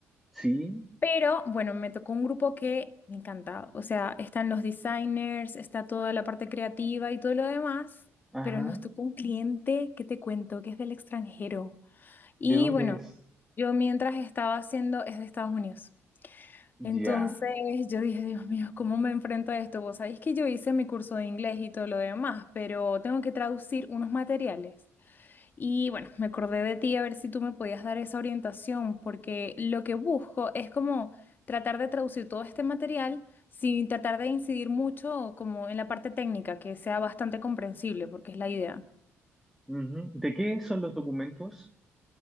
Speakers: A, in the centre; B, on the left (about 40°).
A: Sí,
B: pero bueno, me tocó un grupo que me encanta, o sea, están los designers, está toda la parte creativa y todo lo demás,
A: ajá.
B: pero nos tocó un cliente que te cuento que es del extranjero. Y
A: ¿De dónde
B: bueno,
A: es?
B: yo mientras estaba haciendo es de Estados Unidos.
A: Ya.
B: Entonces yo dije, Dios mío, ¿cómo me enfrento a esto? Vos sabéis que yo hice mi curso de inglés y todo lo demás, pero tengo que traducir unos materiales. Y bueno, me acordé de ti a ver si tú me podías dar esa orientación, porque lo que busco es como tratar de traducir todo este material sin tratar de incidir mucho como en la parte técnica, que sea bastante comprensible, porque es la idea.
A: Ujú. ¿De qué son los documentos?